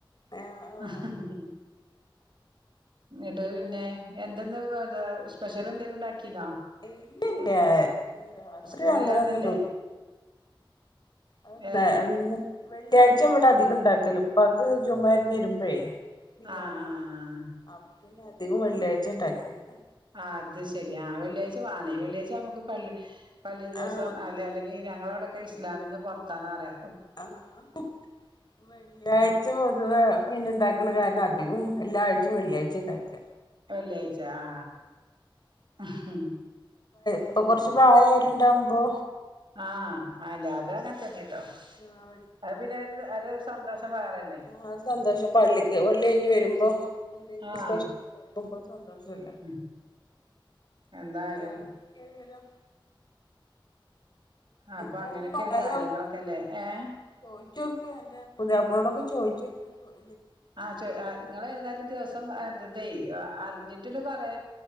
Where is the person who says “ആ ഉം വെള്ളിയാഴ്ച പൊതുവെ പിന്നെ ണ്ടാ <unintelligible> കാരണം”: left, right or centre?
Left